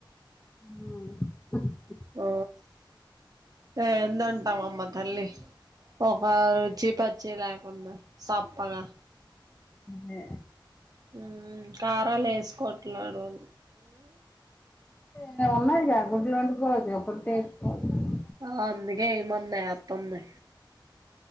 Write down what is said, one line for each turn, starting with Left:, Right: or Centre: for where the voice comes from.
Left: ఆ
Right: ఓ ఎందంట మమ్మ తల్లీ ఒక రుచి పచ్ చి లేకుండా సప్పగా
Left: అదే
Right: ఉమ్ కారాలు వేసుకోవట్లే రోల్
Left: నాయనా గుడ్లు ఉన్నాయి గా గుడ్లు వండుకోవచ్చు పొరటు <unintelligible>
Right: ఆ అందుకే ఏయమన్నా ఏత్తంది